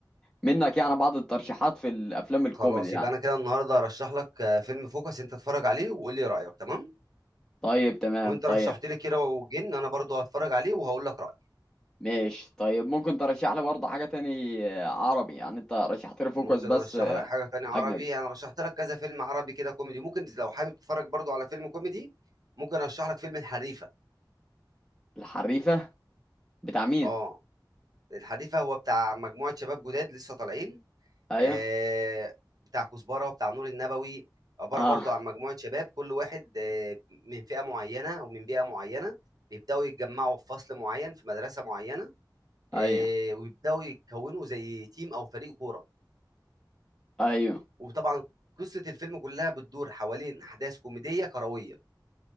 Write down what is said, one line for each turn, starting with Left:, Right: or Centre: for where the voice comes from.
Centre: منك يعني بعض الترشيحات في الافلام الكوميدي
Right: خلاص
Centre: يعني
Right: يبقى أنا كده النهارده هارشّح لك آه، فيلم فوكس أنت اتفرّج عليه وقُل لي رأيك تمام،
Centre: طيب تمام
Right: وأنت
Centre: طيب
Right: رشّحت لي كيرة والجن أنا برضه هاتفرّج عليه وهاقول لك رأيي،
Centre: ماشي طيب ممكن ترشح لي برضه حاجه تاني عربي يعني انت رشحت لي فوكس
Right: ممكن
Centre: بس
Right: أرشّح لك حاجة تانية عربي،
Centre: اجنبي
Right: أنا رشّحت لك كذا فيلم عربي كده كوميدي، ممكن لو حابب تتفرّج برضه على فيلم كوميدي ممكن أرشّح لك فيلم الحريفة،
Centre: الحريفه بتاع مين
Right: آه، الحريفة هو بتاع مجموعة شباب جداد لسه طالعين
Centre: ايوه
Right: آه، بتاع كزبره بتاع نور النبوي عباره
Centre: اه
Right: برضو عن مجموعه شباب كل واحد آه، من فئه معينه ومن بيئه معينه بيبداوا يتجمعوا في فصل معين في مدرسه معينه آه،
Centre: ايوه
Right: ويبداوا يكونوا زي تيم او فريق كوره
Centre: ايوه
Right: وطبعا قصه الفيلم كلها بتدور حوالين احداث كوميديه كرويه